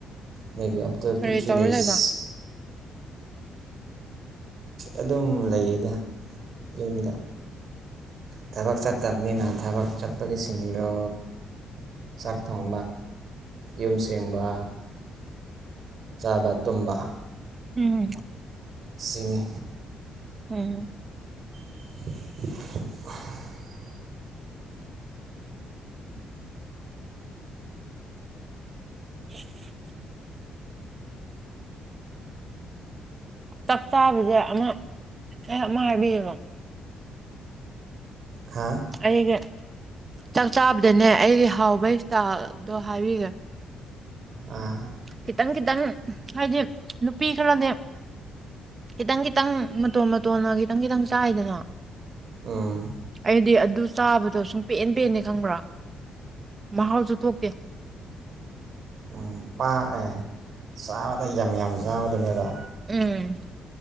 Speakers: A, on the right (about 60°); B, on the right (about 35°).
A: ꯃꯦꯕꯤ ꯑꯐꯇꯔ
B: ꯀꯔꯤ
A: ꯇꯨ ꯊ꯭ꯔꯤ
B: ꯇꯧꯔ
A: ꯗꯦꯁ
B: ꯂꯩꯕ
A: ꯑꯗꯨꯝ ꯂꯩꯌꯦꯗ ꯌꯨꯝꯗ ꯊꯕꯛ ꯆꯠꯇꯕꯅꯤꯅ ꯊꯕꯛ ꯆꯠꯄꯒꯤꯁꯤꯡꯗꯣ ꯁꯥꯥꯛꯇꯣꯡ ꯌꯨꯝ ꯑꯁꯦꯡꯕ ꯆꯥꯕ ꯇꯨꯝꯕ
B: ꯎꯝ
A: ꯁꯤꯅꯤ
B: ꯍꯝ
A: <inaudible>
B: <inaudible> ꯆꯞ ꯆꯥꯕꯁꯦ ꯑꯃ ꯑꯦ ꯑꯃ ꯍꯥꯏꯕꯤꯌꯅꯣ
A: ꯍꯥ
B: ꯑꯩꯒ ꯆꯥꯛ ꯆꯥꯕꯗꯅꯦ ꯑꯩꯒꯤ ꯍꯥꯎꯕ ꯏꯁꯇꯥꯜꯗꯣ ꯍꯥꯏꯕꯤꯈꯦ
A: ꯑꯥ
B: ꯈꯤꯇꯪ ꯈꯤꯇꯪ ꯍꯥꯏꯗꯤ ꯅꯨꯄꯤ ꯈꯔꯅꯦ ꯈꯤꯇꯪ ꯈꯤꯇꯪ ꯃꯇꯣꯟ ꯃꯇꯣꯟꯅ ꯈꯤꯇꯪ ꯈꯤꯇꯪ ꯆꯥꯏꯗꯅꯣ
A: ꯎꯝ
B: ꯑꯩꯗꯤ ꯑꯗꯨ ꯆꯥꯕꯗꯣ ꯁꯨꯝ ꯄꯦꯟ ꯄꯦꯟꯅꯤ ꯈꯪꯕ꯭ꯔꯥ ꯃꯍꯥꯎꯁꯨ ꯊꯣꯛꯇꯦ
A: ꯎꯝ ꯄꯥꯛꯑ ꯆꯥꯕꯗ ꯌꯥꯝ ꯌꯥꯝ ꯆꯥꯕꯗꯨꯅꯦꯕ
B: ꯎꯝ